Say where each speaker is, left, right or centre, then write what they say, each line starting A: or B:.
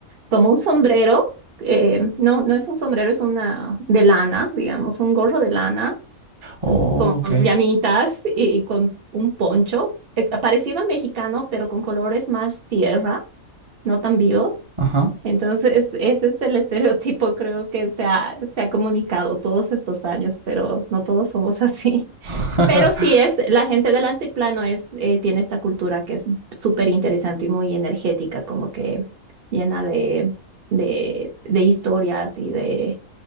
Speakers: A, on the right; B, on the right.
A: como un sombrero. eh, no, no es un sombrero, es una de lana, digamos, un gorro de lana
B: Oh,
A: con
B: ok.
A: llamitas y, y con un poncho, eh, parecido al mexicano, pero con colores más tierra, no tan vivos.
B: Ajá.
A: Entonces, ese es el estereotipo, creo que se ha, se ha comunicado todos estos años, pero no todos somos así. <laughs>
B: <laughs>
A: Pero sí es, la gente del antiplano es, eh, tiene esta cultura que es súper interesante y muy energética, como que llena de, de, de historias y de,